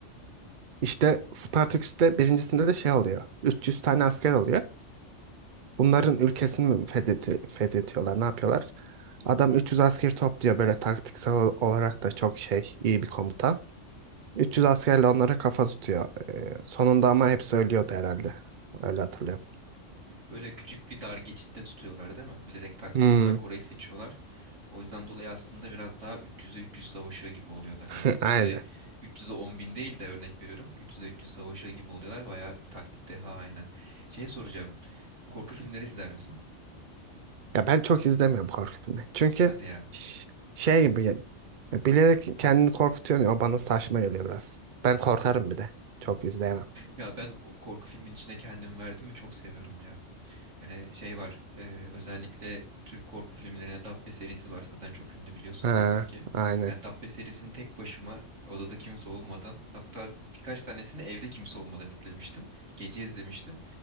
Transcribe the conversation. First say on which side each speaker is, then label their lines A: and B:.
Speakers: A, on the right (about 50°); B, on the right (about 75°).
A: İşte Spartaküs'te birincisinde de şey oluyor. 300 tane asker oluyor. Bunların ülkesini mi fethetti, fethediyorlar, ne yapıyorlar? Adam 300 asker topluyor böyle taktiksel ol- olarak da çok şey, iyi bir komutan. 300 askerle onlara kafa tutuyor. Ee, sonunda ama hepsi ölüyordu herhalde. Öyle hatırlıyorum.
B: Böyle küçük bir dar geçitte tutuyorlar değil mi? Bilerek taktik
A: Hmm,
B: olarak orayı seçiyorlar. O yüzden dolayı aslında biraz daha 300'e 300 savaşıyor gibi oluyorlar. Yani
A: <laughs>
B: 300'e
A: aynen.
B: 300'e 10 bin değil de örnek veriyorum. 300'e 300 savaşıyor gibi oluyorlar. Bayağı taktik deha aynen. Şey soracağım. Korku filmleri izler misin?
A: Ya ben çok izlemiyorum korku filmi. Çünkü
B: Hadi ya.
A: ş- şey gibi ya, bilerek kendini korkutuyor ya, o bana saçma geliyor biraz. Ben korkarım bir de. Çok izleyemem.
B: Ya ben o korku filmin içine kendimi verdim mi çok seviyorum ya. Yani şey var e, özellikle Türk korku filmlerine Dabbe serisi var zaten çok ünlü biliyorsundur
A: Ha,
B: illaki.
A: aynen.
B: Yani Dabbe serisini tek başıma odada kimse olmadan hatta birkaç tanesini evde kimse olmadan izlemiştim. Gece izlemiştim.